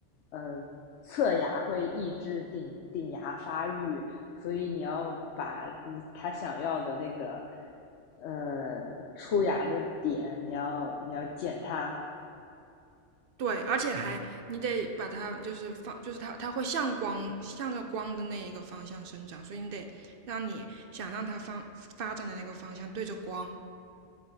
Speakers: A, on the left; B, on the right.
A: 呃，侧牙会抑制顶顶牙发育，所以你要把你他想要的那个，呃，出牙的点，你要你要剪它。
B: 对，而且还你得把它就是放，就是它它会向光向着光的那一个方向生长，所以你得让你想让它发发展的那个方向对着光。